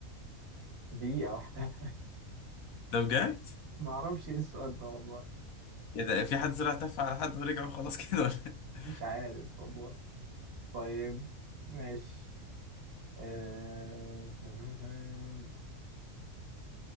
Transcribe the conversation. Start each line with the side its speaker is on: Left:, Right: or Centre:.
Right: دقيقة واحدة
Left: ده بجد؟
Right: <laughs> معرفش إيه السؤال ده والله
Left: يا ده في حد طلع تف على حد ورجع وخلاص <laughs> كده ولا إيه؟
Right: مش عارف والله طيب ماشي آه...